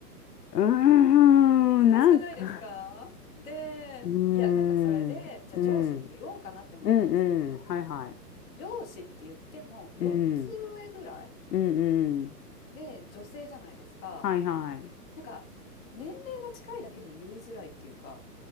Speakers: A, on the left; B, on the left.
A: うーん、
B: 難しくないですか？
A: なんか、
B: で、
A: うーん、
B: いや、なんかそれで、じゃあ上司に言おうかなって思ったんですけど、
A: うん、うん、うん、はいはい。
B: 上司って言っても4つ上ぐらい
A: うん、うん、うん。
B: で女性じゃないですか。
A: はいはい。
B: なんか年齢が近いだけに言いづらいっていうか、